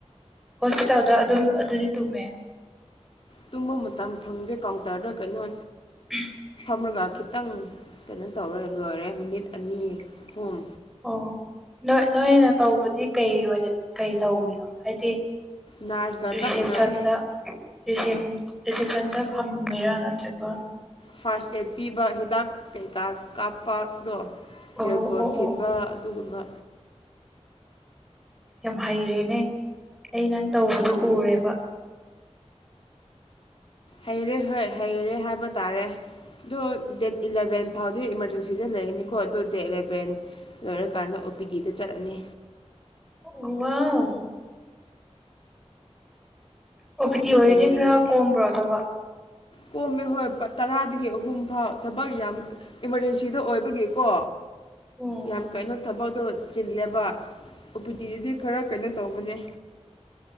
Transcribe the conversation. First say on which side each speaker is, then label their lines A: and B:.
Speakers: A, in the centre; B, on the left.
A: ꯍꯣꯁꯄꯤꯇꯥꯜꯗ ꯑꯗꯨꯝ ꯑꯗꯨꯗꯤ ꯇꯨꯝꯃꯦ
B: ꯇꯨꯝꯕ ꯃꯇꯝ ꯐꯪꯗꯦ ꯀꯥꯎꯟꯇꯔꯗ ꯀꯩꯅꯣ
A: <unintelligible>
B: ꯑꯃꯔꯒ ꯈꯤꯇꯪ ꯀꯩꯅꯣ ꯇꯧꯔ ꯂꯣꯏꯔꯦ ꯃꯤꯅꯤꯠ ꯑꯅꯤ ꯑꯍꯨꯝ
A: ꯑꯣ ꯅꯣꯏ ꯅꯣꯏꯅ ꯇꯧꯕꯗꯤ ꯀꯩ ꯑꯣꯏꯅ ꯀꯩ ꯇꯧꯔꯤꯅꯣ ꯍꯥꯏꯗꯤ
B: ꯅꯔꯁꯀ
A: ꯔꯤꯁꯦꯞ
B: ꯆꯞ ꯃꯥꯟꯅꯩ
A: ꯁꯥꯟꯗ ꯔꯤꯁꯦꯝ ꯔꯤꯁꯦꯞꯁꯥꯟꯗ ꯐꯝꯃꯤꯔꯥ ꯅꯠꯇ꯭ꯔꯒ
B: ꯐꯥꯔꯁ ꯑꯦꯠ ꯄꯤꯕ ꯍꯤꯗꯥꯛ ꯀꯩꯀꯥ ꯀꯥꯞꯄꯗꯣ ꯖꯦꯜꯒꯣꯠ
A: ꯑꯣ ꯑꯣ
B: ꯊꯤꯟꯕ
A: ꯑꯣ
B: ꯑꯗꯨꯒꯨꯝꯕ
A: ꯌꯥꯝ ꯍꯩꯔꯦꯅꯦ ꯑꯩ ꯅꯪ ꯇꯧꯕꯗꯣ ꯎꯔꯦꯕ
B: ꯍꯩꯔꯦ ꯍꯣꯏ ꯍꯩꯔꯦ ꯍꯥꯏꯕ ꯇꯥꯔꯦ ꯑꯗꯣ ꯗꯦꯠ ꯏꯂꯚꯦꯟ ꯐꯥꯎꯗꯤ ꯏꯃꯥꯔꯖꯦꯟꯁꯤꯗ ꯂꯩꯒꯅꯤꯀꯣ ꯑꯗꯣ ꯗꯦꯠ ꯏꯂꯕꯦꯟ ꯂꯣꯏꯔꯀꯥꯟꯗ ꯑꯣ ꯄꯤ ꯗꯤꯗ ꯆꯠꯂꯅꯤ
A: ꯑꯣ ꯋꯥꯎ ꯑꯣ ꯄꯤ ꯗꯤ
B: ꯑꯗꯨꯅ
A: ꯑꯣꯏꯔꯗꯤ
B: ꯂꯣꯏꯔꯦ
A: ꯈꯔ ꯀꯣꯝꯕ꯭ꯔꯣ ꯊꯕꯛ
B: ꯀꯣꯝꯃꯦ ꯍꯣꯏ ꯇꯔꯥꯗꯒꯤ ꯑꯍꯨꯝ ꯐꯥꯎ ꯊꯕꯛ ꯌꯥꯝ ꯏꯃꯥꯔꯖꯦꯟꯁꯤꯗꫭ ꯑꯣꯏꯕꯒꯤꯀꯣ
A: ꯑꯣ
B: ꯌꯥꯝ ꯀꯩꯅꯣ ꯊꯕꯛꯇꯣ ꯆꯤꯜꯂꯦꯕ ꯑꯣ ꯄꯤ ꯇꯤ ꯗꯗꯤ ꯈꯔ ꯀꯩꯅꯣ ꯇꯧꯕꯅꯦ